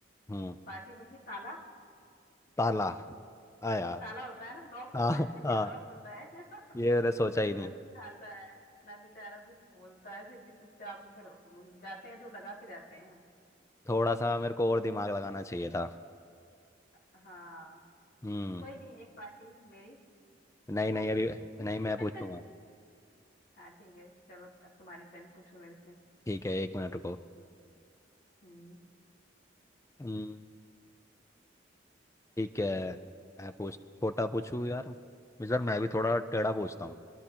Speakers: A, on the left; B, on the left.
A: हम्म
B: पार्टी में की ताला
A: ताला आ यार
B: ताला होता है ना लॉक
A: हाँ
B: होता है
A: हाँ
B: <laughs> लॉक होता है <laughs>
A: ये मैंने सोचा
B: वो देखो
A: ही नहीं
B: ना कुछ खाता है ना बेचारा कुछ बोलता है फिर भी चुपचाप वो घर वो जाते हैं तो लगा के जाते हैं हम
A: थोड़ा सा मेरे को और दिमाग लगाना चाहिए था
B: हाँ
A: हम्म
B: कोई नहीं एक पार्टी मेरी
A: नहीं नहीं
B: हो गई
A: अभी
B: <laughs>
A: नहीं मैं पूछूंगा
B: हाँ ठीक है चलो अब तुम्हारी टर्न पूछो मेरे से
A: ठीक है एक मिनट रुको
B: हम्म हम्म,
A: हम्म, ठीक है मैं पूछ छोटा पूछूं यार इस बार मैं भी थोड़ा टेढ़ा पूछता हूँ